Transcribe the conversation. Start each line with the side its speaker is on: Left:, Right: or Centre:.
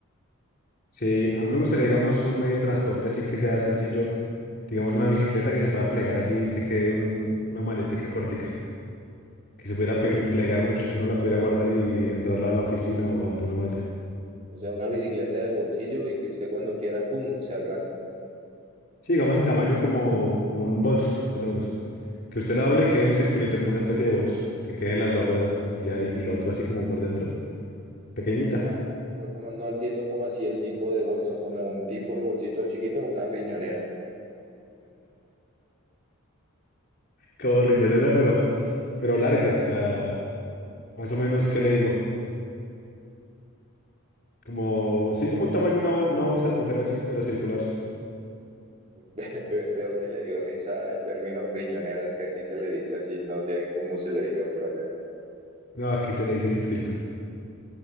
Left: Sí, a mí me gustaría, digamos, un medio de transporte así que sea sencillo, digamos, una bicicleta que se pueda plegar así, que quede un- una maletica cortica, que se pudiera pe- plegar mucho, que uno la pudiera guardar y entrarla a la oficina o donde uno vaya.
Right: O sea, una bicicleta de bolsillo y que usted cuando quiera, ¡pum!, se agranda.
Left: Sí, digamos el tamaño como, como un bolso, más o menos. Que usted la doble y quede un circulito, como una especie de bolso, que queden las dos ruedas y ya, y, y lo otro así como por dentro, pequeñita,
Right: Pero, como- pero como no entiendo como así el tipo de bolso, como un tipo de bolsito chiquito o una riñonera.
Left: como rillonera, pero, pero larga, o sea, más o menos, ¿qué le digo? Como, sí, como un tamaño, una, bol- una bolsa de mujer así, pero circular.
Right: <laughs> Ve- ve- Veo que le dio risa el término riñonera, es que aquí se le dice así, no sé cómo se le diga por allá.
Left: No, aquí se le dice distinto.